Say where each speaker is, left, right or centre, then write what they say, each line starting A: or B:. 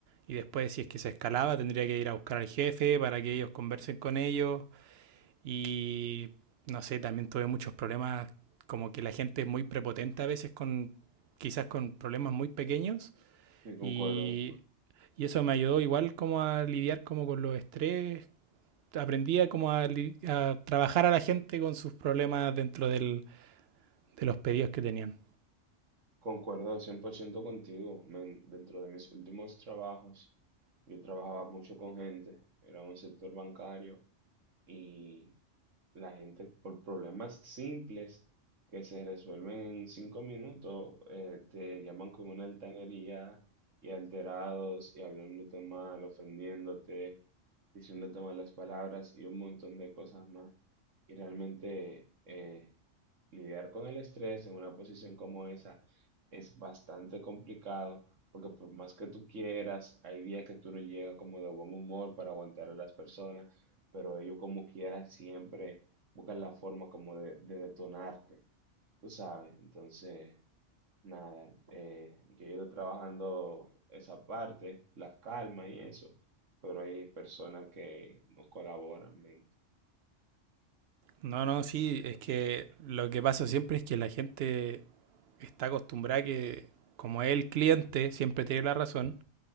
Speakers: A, on the right (about 60°); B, on the right (about 80°).
A: y después si es que se escalaba tendría que ir a buscar al jefe para que ellos conversen con ellos y no sé, también tuve muchos problemas como que la gente es muy prepotente a veces con quizás con problemas muy pequeños
B: Sí, concuerdo.
A: y, y eso me ayudó igual como a lidiar como con los estrés aprendía como a, a trabajar a la gente con sus problemas dentro del- de los pedidos que tenían.
B: Concuerdo 100% contigo. men. dentro de mis últimos trabajos, yo trabajaba mucho con gente. Era un sector bancario y la gente, por problemas simples que se resuelven en cinco minutos, eh, te llaman con una altanería y alterados y hablándote mal, ofendiéndote, diciéndote malas palabras y un montón de cosas más. Y realmente... eh, lidiar con el estrés en una posición como esa es bastante complicado porque por más que tú quieras, hay días que tú no llegas como de buen humor para aguantar a las personas, pero ellos como quiera siempre buscan la forma como de, de detonarte, tú sabes. Entonces, nada, eh, yo he ido trabajando esa parte, la calma y eso, pero hay personas que no colaboran, men.
A: No, no, sí, es que lo que pasa siempre es que la gente está acostumbrada que, como el cliente siempre tiene la razón,